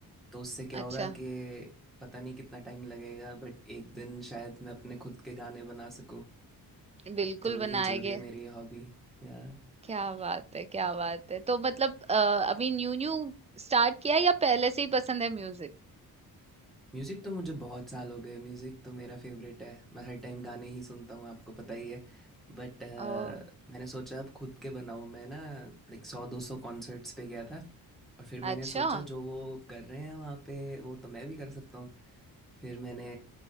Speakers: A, in the centre; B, on the right.
A: तो उससे क्या
B: अच्छा
A: होगा कि पता नहीं कितना टाइम लगेगा बट एक दिन शायद मैं अपने खुद के गाने बना सकूँ
B: बिल्कुल
A: तो
B: बनाएंगे
A: ये चल रही है मेरी हॉबी या
B: क्या बात है क्या बात है तो मतलब अ, अभी न्यू न्यू स्टार्ट किया या पहले से ही पसंद है म्यूजिक
A: म्यूज़िक तो मुझे बहुत साल हो गए म्यूज़िक तो मेरा फेवरेट है मैं हर टाइम गाने ही सुनता हूँ आपको पता ही है बट
B: ओह
A: मैंने सोचा अब खुद के बनाऊँ मैं ना लाइक सौ दो सौ कॉन्सर्ट्स पे गया था और फिर मैंने
B: अच्छा
A: सोचा जो वो कर रहे हैं वहाँ पे वो तो मैं भी कर सकता हूँ फिर मैंने